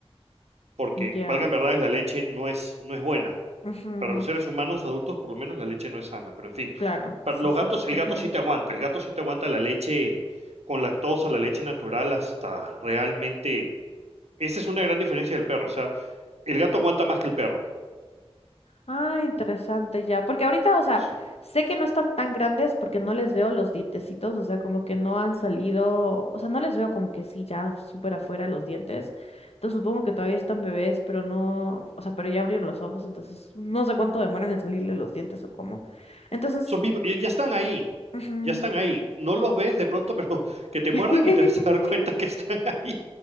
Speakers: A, on the right; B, on the left.
A: porque,
B: Ya.
A: valgan verdades, la leche no es, no es buena.
B: ujú,
A: Para los seres humanos adultos, por lo menos, la leche no es sana, pero en fin,
B: Claro,
A: para
B: sí,
A: los
B: sí.
A: gatos, el
B: <laughs>
A: gato
B: Ujú.
A: sí te aguanta, el gato sí te aguanta la leche con lactosa, la leche natural, hasta realmente... Esa es una gran diferencia del perro, o sea, el gato aguanta más que el perro.
B: Ah, interesante ya, porque ahorita, o sea,
A: Sí.
B: sé que no están tan grandes porque no les veo los dientecitos, o sea, como que no han salido, o sea, no les veo como que sí, ya súper afuera los dientes. Entonces supongo que todavía están bebés, pero no, o sea, pero ya abrieron los ojos, entonces no sé cuánto demoran en salirle los dientes o cómo. Entonces,
A: Son, vivos, y ya están ahí,
B: ujú.
A: ya están ahí. No los ves de pronto, <laughs> pero que te
B: <laughs>
A: muerdan y te vas a dar cuenta que están ahí.